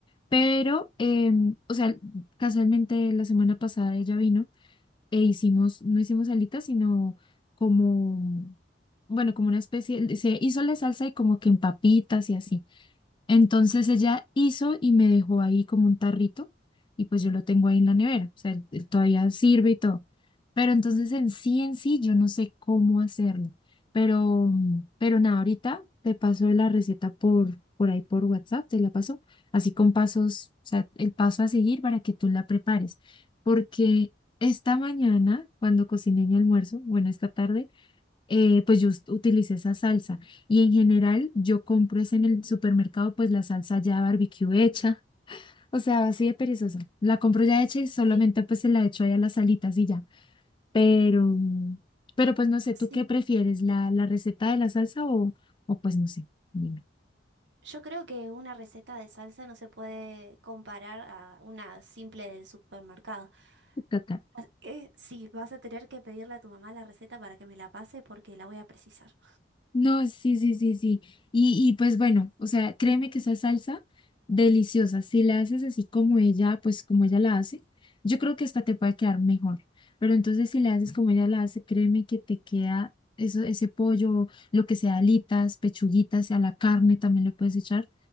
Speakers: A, on the left; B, on the right.
A: Pero, em, o sea, casualmente la semana pasada ella vino. e hicimos, no hicimos alitas, sino como, bueno, como una especie, se hizo la salsa y como que en papitas y así. Entonces ella hizo y me dejó ahí como un tarrito y pues yo lo tengo ahí en la nevera, o sea, él- él todavía sirve y todo. Pero entonces en sí, en sí, yo no sé cómo hacerlo. Pero, pero nada, ahorita te paso la receta por, por ahí por WhatsApp, te la paso, así con pasos, o sea, el paso a seguir para que tú la prepares. Porque esta mañana, cuando cociné mi almuerzo, bueno, esta tarde, eh, pues yo us- utilicé esa salsa. Y en general yo compro es en el supermercado pues la salsa ya barbecue hecha. O sea, así de perezosa. La compro ya hecha y
B: sí.
A: solamente pues se la echo ahí a las alitas y ya. Pero, pero pues no sé,
B: Sí,
A: ¿tú qué prefieres? ¿La, la receta de la salsa o, o pues no sé? Dime.
B: Yo creo que una receta de salsa no se puede comparar a una simple del supermercado.
A: <laughs>
B: Así que sí, vas a tener que pedirle a tu mamá la receta para que me la pase porque la voy a precisar.
A: No, sí, sí, sí, sí. Y, y pues bueno, o sea, créeme que esa salsa deliciosa, si la haces así como ella, pues como ella la hace, yo creo que esta te puede quedar mejor. Pero entonces si la haces como ella la hace, créeme que te queda eso, ese pollo, lo que sea, alitas, pechuguitas, a la carne también le puedes echar.